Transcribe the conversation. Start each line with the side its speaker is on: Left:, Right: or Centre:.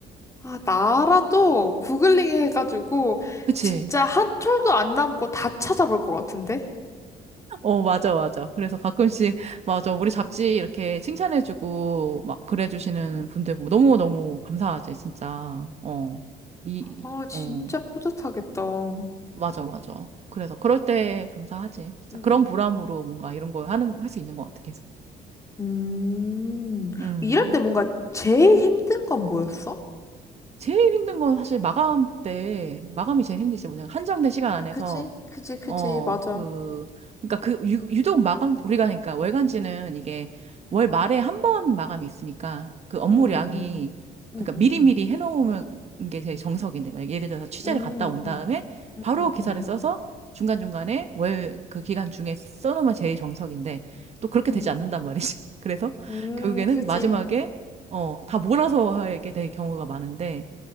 Left: 아, 나라도 구글링 해가지고
Right: 그치?
Left: 진짜 한 톨도 안 남고 다 찾아볼 것 같은데?
Right: 어, 맞아, 맞아. 그래서 가끔씩, 맞아. 우리 잡지 이렇게 칭찬해주고, 막, 그래주시는 분들 보고 너무너무 감사하지, 진짜. 어, 이,
Left: 아, 진짜
Right: 어,
Left: 뿌듯하겠다.
Right: 맞아, 맞아. 그래서 그럴 때 감사하지, 진짜.
Left: 음.
Right: 그런 보람으로 뭔가 이런 거 하는, 할 수 있는 것 같아, 계속.
Left: 음,
Right: 음.
Left: 일할 때 뭔가 제일 힘든 건 뭐였어?
Right: 제일 힘든 건 사실 마감 때, 마감이 제일 힘들지, 뭐냐면, 한정된 시간
Left: 아,
Right: 안에서
Left: 그지? 그지, 그지,
Right: 어,
Left: 맞아.
Right: 그, 그러니까 그, 유, 유독 마감, 우리가 그러니까 월간지는 이게 월 말에 한 번 마감이 있으니까 그 업무량이,
Left: 응, 응, 응. 응,
Right: 그러니까
Left: 응,
Right: 미리미리
Left: 응.
Right: 해놓으면 게 제일 정석인데, 막 예를 들어서 취재를
Left: 응,
Right: 갔다 온
Left: 응.
Right: 다음에
Left: 응,
Right: 바로
Left: 응,
Right: 기사를
Left: 응, 응.
Right: 써서 중간중간에 월 그 기간 중에 써놓으면 제일 정석인데, 또 그렇게
Left: 응,
Right: 되지 않는단 말이지. <laughs> 그래서
Left: 음,
Right: 결국에는
Left: 그지.
Right: 마지막에, 어, 다 몰아서 하게 될 경우가 많은데,